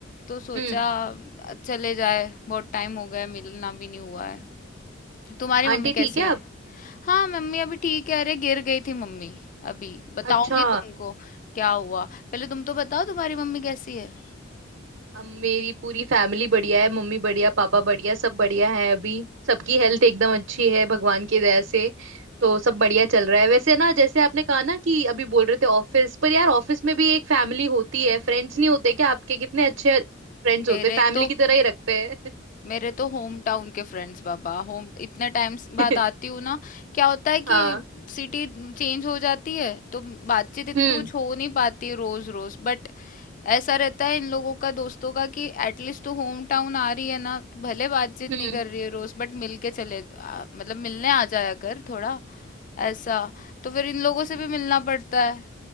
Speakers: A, on the left; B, on the right.
A: तो सोचा
B: हम्म
A: अ, चले जाए बहुत टाइम हो गया मिलना भी नहीं हुआ है तुम्हारी मम्मी
B: आंटी
A: कैसी
B: ठीक है
A: है
B: आप
A: हाँ मम्मी अभी ठीक है अरे गिर गई थी मम्मी अभी बताऊंगी
B: अच्छा
A: तुमको क्या हुआ पहले तुम तो बताओ तुम्हारी मम्मी कैसी है
B: अब मेरी पूरी फैमिली बढ़िया है मम्मी बढ़िया पापा बढ़िया सब बढ़िया है अभी सबकी हेल्थ एकदम अच्छी है भगवान की दया से तो सब बढ़िया चल रहा है वैसे ना जैसे आपने कहा ना कि अभी बोल रहे थे ऑफिस पर यार ऑफिस में भी एक फैमिली होती है फ्रेंड्स नहीं होते क्या आपके कितने अच्छे फ्रेंड्स
A: मेरे
B: होते फैमिली
A: तो
B: की तरह ही रखते हैं
A: मेरे तो होम टाउन के फ्रेंड्स बाबा होम इतने टाइम्स
B: <laughs>
A: बाद आती हूँ ना क्या होता है
B: हाँ
A: कि सिटी चेंज हो जाती है तो बातचीत इतनी
B: हम्म
A: कुछ हो नहीं पाती रोज रोज बट ऐसा रहता है इन लोगों का दोस्तों का कि एटलीस्ट तू होम टाउन आ रही है ना भले बातचीत
B: हम्म
A: नहीं कर रही है रोज बट मिल के चले आ, मतलब मिलने आ जाया कर थोड़ा ऐसा तो फिर इन लोगों से भी मिलना पड़ता है